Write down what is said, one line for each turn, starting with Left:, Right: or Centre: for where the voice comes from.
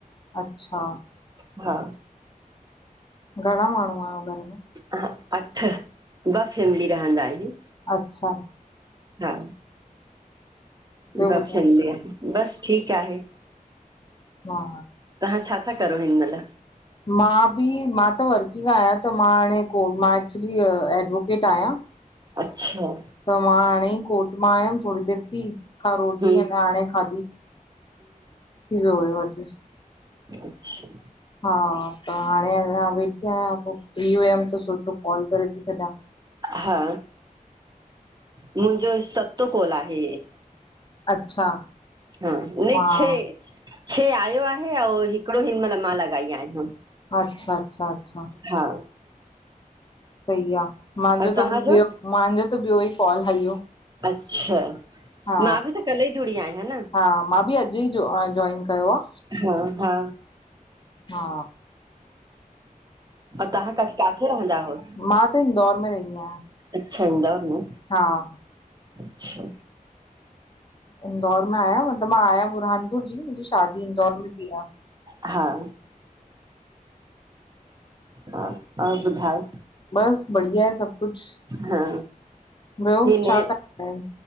Left: अच्छा।
Right: हा।
Left: घणा माण्हू आहियो घर में?
Right: ह, अठ, ॿ फैमिली रहंदा आहिनि।
Left: अच्छा।
Right: हा।
Left: ॿियो
Right: ॿ
Left: ॿुधायो
Right: फैमिलियूं, बस ठीकु आहे।
Left: हा।
Right: तहां छा था करो, हिन मइल?
Left: मां बि, मां त वर्किंग आहियां, त मां हाणे कोर्ट मां एक्चुली एडवोकेट आहियां। <inaudible>
Right: अच्छा!
Left: त मां हाणे ई कोर्ट मां आयमि थोड़ी देर थी। माँ रोटी
Right: हम्म
Left: अॾा हाणे खाधी, थी वियो हूयो अद
Right: अच्छा
Left: हा, त हाणे अंञां वेठी आहियां, पो फ्री हुयमि त सोचो कॉल करे थी छॾियां।
Right: हा। मुंहिंजो सतो कोल आहे हे।
Left: अच्छा।
Right: हा। न,
Left: मां
Right: छे,, छे आयो आहे, ऐं हिकिड़ो हिन मइल, मां लॻाई आहियां।
Left: अच्छा, अच्छा, अच्छा।
Right: हा
Left: सही आ। मांहांजो
Right: और तव्हांजो
Left: त ॿियो मांजो त ॿियो ई कॉल हा हियो।
Right: अच्छा!
Left: हा।
Right: मां बि त कल्ह ई जुड़ी आहियां न
Left: हा मां बि अॼु ई जॉइन कयो आ।
Right: हा -हा।
Left: हा।
Right: ऐं तव्हां क काथे रहंदा आहो?
Left: मां त इंदौर में रइंदी आहियां।
Right: अच्छा हूंदा उआ।
Left: हां
Right: अछा
Left: इंदौर मां आहियां मतलबु मां आहियां बुरहानपुर जी मुंहिंजी शादी इंदौर में थी आ।
Right: हां, हां और ॿुधाओ?
Left: बस बढ़िया आहे सभु कुझु,
Right: हा
Left: ॿियो
Right: हे
Left: छा
Right: न
Left: करदां आइन?